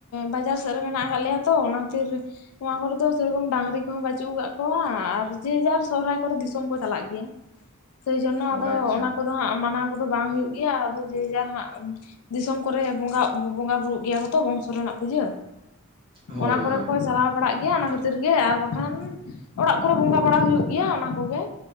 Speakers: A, on the left (about 75°); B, on the right (about 25°).
A: ᱵᱟᱡᱟᱨ ᱥᱮᱜ ᱨᱮ ᱢᱮᱱᱟᱜ ᱟᱠᱟᱫ ᱞᱮᱭᱟ ᱛᱚ, ᱚᱱᱟ ᱠᱷᱟᱹᱛᱤᱨ ᱱᱚᱣᱟ ᱠᱚᱨᱮ ᱫᱚ ᱥᱮᱨᱚᱠᱚᱢ ᱰᱟᱝᱨᱤ ᱠᱚᱦᱚᱸ ᱵᱟᱹᱪᱩᱜ ᱟᱠᱟᱫ ᱠᱚᱣᱟ ᱟᱨ ᱡᱮ ᱡᱟᱨ ᱥᱚᱨᱦᱟᱭ ᱠᱚᱨᱮ ᱫᱤᱥᱚᱢ ᱠᱚ ᱪᱟᱞᱟᱜ ᱜᱮᱭᱟ ᱾ ᱥᱮᱭ ᱡᱚᱱᱱᱚ
B: ᱚ
A: ᱟᱫᱚ
B: ᱟᱪᱪᱷᱟ
A: ᱚᱱᱟ ᱠᱚᱫᱚ ᱦᱟᱸᱜ ᱢᱟᱱᱟᱣ ᱠᱚᱫᱚ ᱵᱟᱝ ᱦᱩᱭᱩᱜ ᱜᱮᱭᱟ, ᱟᱫᱚ ᱡᱮ ᱡᱟᱨ ᱦᱟᱸᱜ ᱫᱤᱥᱚᱢ ᱠᱚᱨᱮ ᱵᱚᱸᱜᱟᱜ ᱵᱚᱸᱜᱟ ᱵᱩᱨᱩᱜ ᱜᱮᱭᱟ ᱠᱚᱛᱚ ᱵᱚᱝᱥᱚ ᱨᱮᱱᱟᱜ ᱯᱩᱡᱟᱹ,
B: ᱦᱳᱭ
A: ᱚᱱᱟ
B: ᱦᱳᱭ
A: ᱠᱚᱨᱮ ᱠᱚ ᱪᱟᱨᱟᱣ ᱵᱟᱲᱟᱜ ᱜᱮᱭᱟ ᱚᱱᱟ ᱠᱷᱟᱹᱛᱤᱨ ᱜᱮ ᱟᱨ ᱵᱟᱠᱷᱟᱱ ᱚᱲᱟᱜ ᱠᱚᱨᱮ ᱵᱚᱸᱜᱟ ᱵᱟᱲᱟ ᱦᱩᱭᱩᱜ ᱜᱮᱭᱟ ᱚᱱᱟ ᱠᱚᱜᱮ᱾